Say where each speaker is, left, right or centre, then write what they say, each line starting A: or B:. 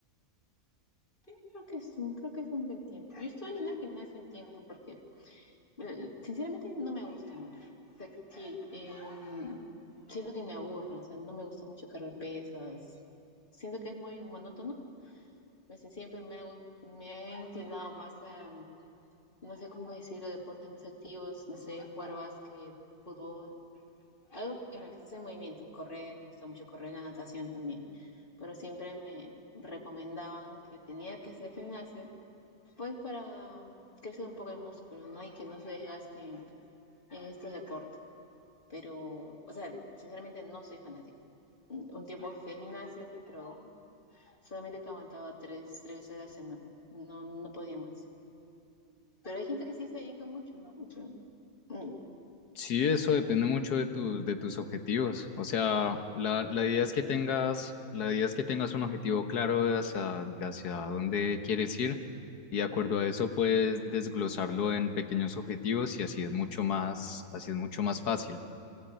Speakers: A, on the left; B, on the left.
A: Sí, creo que es un, creo que es un buen tiempo. Yo estoy en el gimnasio un tiempo porque eh, sinceramente no me gusta mucho. O sea, sí, em, siento que me aburro, o sea, no me gusta mucho cargar pesas. Siento que es muy monótono. O sea, siempre me, ha gu- me he inclinado más a, no sé cómo decirlo, deportes más activos, no sé, jugar básquet, fútbol, algo en el que se hace movimiento, correr, me gusta mucho correr, la natación también. Pero siempre me recomendaban que tenía que hacer gimnasio pues para crecer un poco el músculo, ¿no? Y que no se desgasten en estos deportes. Pero, o sea, sinceramente no soy fanática. Un tiempo fui al gimnasio, pero solamente te aguantaba tres, tres veces a la semana. No, no podía más. Pero hay gente que sí se dedica mucho, ¿no? Yo- mm,
B: Sí, eso depende mucho de tus, de tus objetivos. O sea, la, la idea es que tengas, la idea es que tengas un objetivo claro de hacia, de hacia dónde quieres ir y de acuerdo a eso puedes desglosarlo en pequeños objetivos y así es mucho más, así es mucho más fácil.